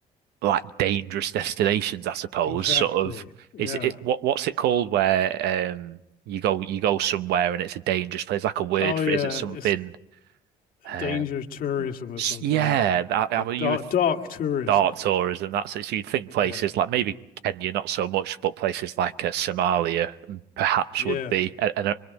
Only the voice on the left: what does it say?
Exactly.
Yeah.
Oh
yeah,
it's
danger tourism or
something.
Uh,
dark
dark tourism.
Yeah.
Yeah.